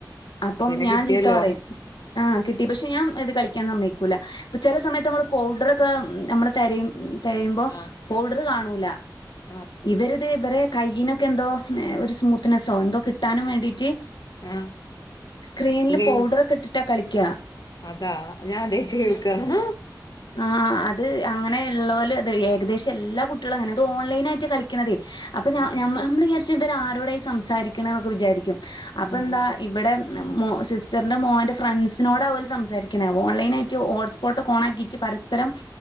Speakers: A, on the left; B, on the left.
A: അപ്പം
B: അപ്പൊ പിന്നെ
A: ഞാൻ
B: കിട്ടിയല്ലോ
A: ചീത്ത പറയും ആഹ് കിട്ടി പക്ഷെ ഞാൻ ഇത് കളിക്കൻ സമ്മയിക്കൂല ഇപ്പ ചെല സമയത്ത് നമ്മൾ പൗഡർ ഒക്കെ നമ്മള് തെരയും തെരയുമ്പോ
B: ആഹ്
A: പൗഡറ് കാണൂല
B: ആഹ്
A: ഇവര് തെ ഇവരെ കൈയിനൊക്കെ എന്തോ ഒരു സ്മൂത്ത്നെസോ എന്തോ കിട്ടാനും വേണ്ടീറ്റ്
B: ആഹ്
A: സ്ക്രീനില്
B: ഗെയിം
A: പൗഡറൊക്കെ ഇട്ടിട്ടാ കളിക്ക
B: അതാ ഞാൻ ആദ്യായിട്ട് കേൾക്കാണ് ആഹ്
A: ആഹ് ആഹ് അത് അങ്ങനെ ഇള്ളോല് അത് ഏകദേശം എല്ലാ കുട്ടികളും അങ്ങനെ ഇത് ഓൺലൈനായിട്ട് കളിക്കണതേ അപ്പ ഞ
B: ആഹ്
A: ഞമ്മ ഞമ്മള് വിചാ ഇജ് ഇതുവരെ ആരോടാ ഈ സംസാരിക്ക്ണെ ഒക്കെ വിചാരിക്കും അപ്പൊ
B: ഉം
A: എന്താ
B: ഉം
A: ഇവിടെ ഉം മോ സിസ്റ്ററിൻ്റെ മോൻ്റെ ഫ്രണ്ട്സിനോടാ ഓല് സംസാരിക്ക്ന്ന ഓൺലൈനായിട്ട് ഹോട്ട്സ്പോട്ട് ഓണാക്കിറ്റ് പരസ്പരം